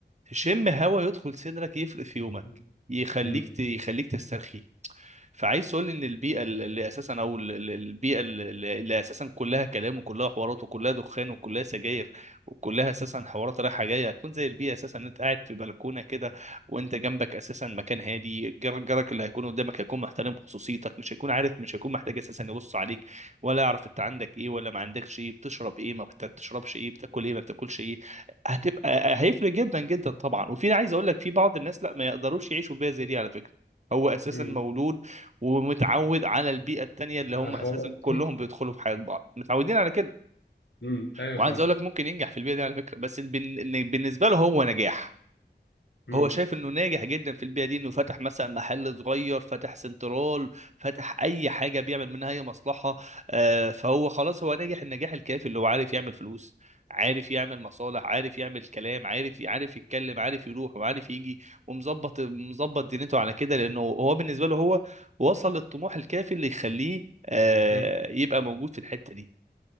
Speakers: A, on the right; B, on the left.
A: تشم هوا يدخل صدرك يفرق في يومك
B: مم.
A: يخليك
B: مم.
A: ت... يخليك تسترخي فعايز تقول لي ان البيئه اللي اساسا او ال- ال- البيئه اللي اللي اساسا كلها كلام وكلها حوارات وكلها دخان وكلها سجاير وكلها اساسا حوارات رايحه جايه هتكون زي البيئه اساسا ان انت قاعد في بلكونه كده وانت جنبك اساسا مكان هادي جار- جارك اللي هيكون قدامك هيكون محترم خصوصيتك مش هيكون عارف مش هيكون محتاج اساسا يبص عليك ولا يعرف انت عندك ايه ولا ما عندكش ايه بتشرب ايه ما بت- بتشربش ايه بتاكل ايه ما بتاكلش ايه هتبقى هيفرق جدا جدا طبعا وفي عايز اقول لك في بعض الناس لا ما يقدروش يعيشوا بيئه زي دي على فكره هو اساسا
B: مم.
A: مولود ومتعود على البيئه التانيه اللي هم
B: على الحوارات
A: اساسا كلهم بيدخلوا في حياه بعض متعودين على كده
B: مم. <laughs> ايوه
A: وعايز
B: فاهم
A: اقول لك ممكن ينجح في البيئه دي على فكره بس بن- إن بالنسبه له هو نجاح
B: مم.
A: هو شايف انه ناجح جدا في البيئه دي انه فتح مثلا محل صغير فتح سنترال فتح اي حاجه بيعمل منها اي مصلحه آه، فهو خلاص هو ناجح النجاح الكافي اللي هو عارف يعمل فلوس عارف يعمل مصالح عارف يعمل كلام عارف عارف يتكلم عارف يروح وعارف يجي ومظبط مظبط دنيته على كده لانه هو بالنسبه له هو وصل للطموح الكافي اللي يخليه آه،
B: مم.
A: يبقى موجود في الحته دي